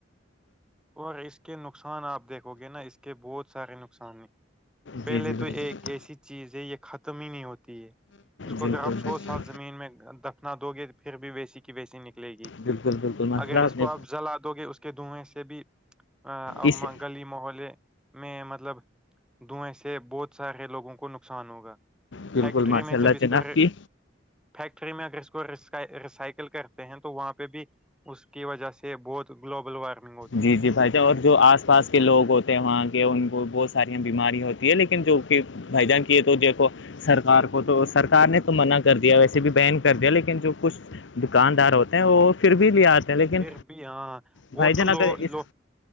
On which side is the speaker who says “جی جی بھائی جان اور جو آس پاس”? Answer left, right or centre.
Left